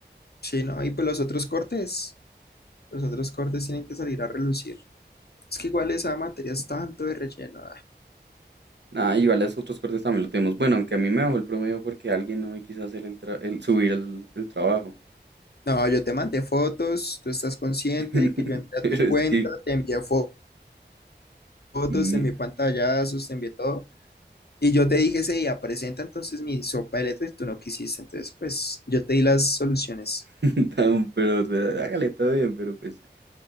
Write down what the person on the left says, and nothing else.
Sí, no, y pues los otros cortes, los otros cortes tienen que salir a relucir. Es que igual esa materia es tanto de relleno.
No, yo te mandé fotos, tú estás consciente
que yo entré
a tu
cuenta,
te envié fo- fotos,
te envié pantallazos, te envié todo. Y yo te dije ese día, presenta entonces mi sopa de letras y tú no quisiste. Entonces, pues yo te di las soluciones.